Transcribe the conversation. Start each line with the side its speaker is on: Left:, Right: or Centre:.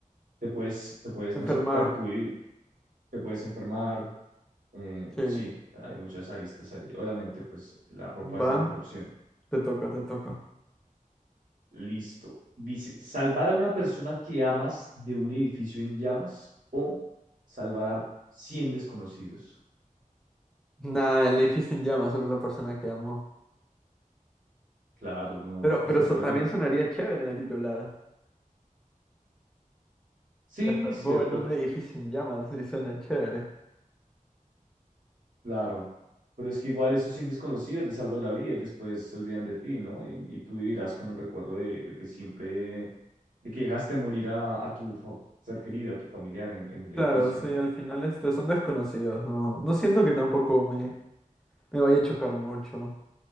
Right: te puedes, te puedes,
Centre: Enfermar.
Right: no sé, percudir, te puedes enfermar. eh,
Centre: Sí.
Right: sí, hay muchas aristas ahí. Obviamente, pues la ropa es
Centre: Va,
Right: la mejor opción.
Centre: te toca, te toca.
Right: Listo. Dice, salvar a una persona que amas de un edificio en llamas o salvar a 100 desconocidos.
Centre: Nada, el edificio en llamas, solo la persona que amo.
Right: Claro, no,
Centre: Pero,
Right: pues
Centre: pero
Right: no
Centre: so-
Right: puedes
Centre: también
Right: dejar.
Centre: sonaría chévere en el titular.
Right: Sí,
Centre: La salvó
Right: cierto.
Centre: en un edificio en llamas y suena chévere.
Right: Claro, pero es que igual esos 100 desconocidos les salvan la vida y después se olvidan de ti, ¿no? Y, y tú vivirás con el recuerdo de, de que siempre, de que dejaste morir a, a tu fa- ser querido, a tu familiar en, en el
Centre: Claro,
Right: edificio,
Centre: sí,
Right: ¿no?
Centre: al final este, son desconocidos, ¿no? No siento que tampoco me, me vaya a chocar mucho.